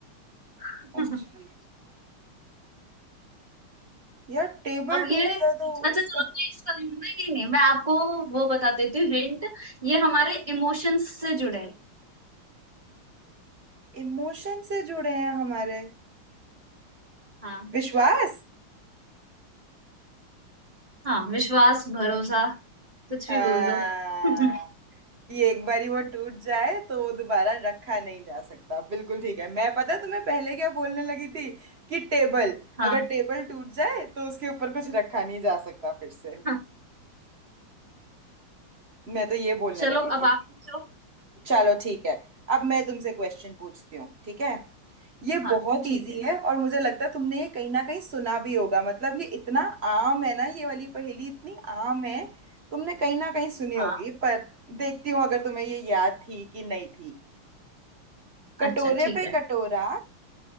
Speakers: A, on the right; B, on the right.
A: <laughs>
B: अच्छा यार टेबल
A: अब ये
B: टूट
A: अच्छा
B: जाए तो उस
A: चलो
B: पर
A: मैं इसका नहीं नहीं नहीं मैं आपको वो बता देती हूँ हिंट ये हमारे इमोशंस से जुड़े हैं
B: इमोशन से जुड़े हैं हमारे
A: हाँ
B: विश्वास
A: हाँ विश्वास भरोसा कुछ भी
B: हाँ
A: बोल दो <laughs>
B: ये एक बारी वो टूट जाए तो वो दोबारा रखा नहीं जा सकता बिल्कुल ठीक है मैं पता है तुम्हें पहले क्या बोलने लगी थी कि टेबल
A: हाँ
B: अगर टेबल टूट जाए तो उसके ऊपर कुछ रखा नहीं जा सकता फिर से
A: हाँ
B: मैं तो ये बोलने
A: चलो
B: लगी थी
A: अब आप पूछो
B: चलो ठीक है अब मैं तुमसे क्वेश्चन पूछती हूँ ठीक है ये
A: हाँ
B: बहुत
A: ठीक
B: इजी
A: है
B: है और मुझे लगता है तुमने ये कहीं ना कहीं सुना भी होगा मतलब ये इतना आम है ना ये वाली पहेली इतनी आम है तुमने कहीं ना कहीं सुनी
A: हाँ
B: होगी पर देखती हूँ अगर तुम्हें ये याद थी कि नहीं थी कटोरे
A: अच्छा ठीक
B: पे
A: है
B: कटोरा